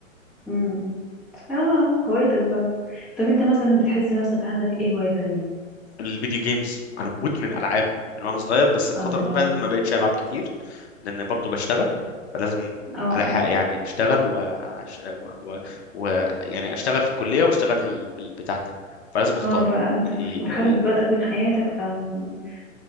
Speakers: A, in the centre; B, on the left.
A: امم اه هوايتك بقى طب انت مثلا بتحس نفسك عندك ايه هواية تانية
B: الفيديو جيمز انا مدمن العاب من وانا صغير بس الفتره
A: الله
B: اللي فاتت ما بقتش العب كتير لان برضو بشتغل فلازم
A: اه آه.
B: الحق يعني اشتغل و... وأش- و... و... و... يعني اشتغل في الكليه واشتغل ال- في البتاع ده فلازم اختار
A: اه بقى انت
B: ي-
A: في مرحلة بقى تكوين حياتك فمش